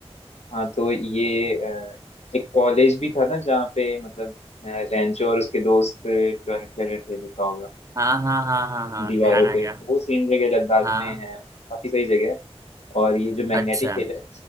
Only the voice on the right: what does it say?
हाँ हाँ हाँ हाँ हाँ
ध्यान
आ गया
हाँ
अच्छा